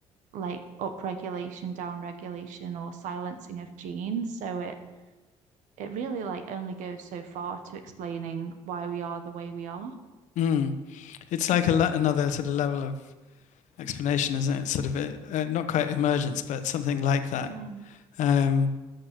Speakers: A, on the right; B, on the left.
A: like upregulation, downregulation, or silencing of genes. So it it really like only goes so far to explaining why we are the way we are.
B: mm. It's like a le another sort of level of explanation, isn't it? Sort of a, uh, not quite emergence, but something like that.
A: Mm.
B: Um,